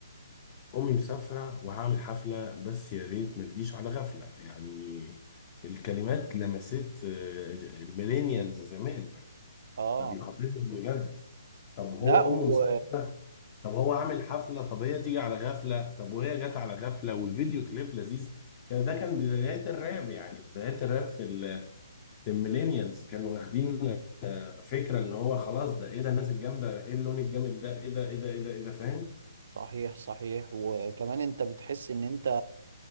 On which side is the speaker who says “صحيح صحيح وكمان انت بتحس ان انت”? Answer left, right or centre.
Right